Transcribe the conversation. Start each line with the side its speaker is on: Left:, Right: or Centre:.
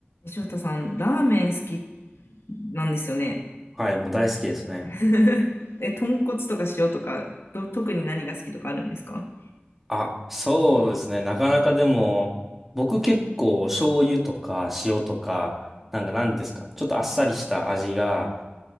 Left: 翔太さん、ラーメン好きなんですよね。
Centre: はい、もう大好きですね。
Left: <laughs> え、豚骨とか塩とか、ど、特に何が好きとかあるんですか
Centre: あ、そうですね。なかなかでも、僕結構醤油とか塩とか、なんか何ですか、ちょっとあっさりした味が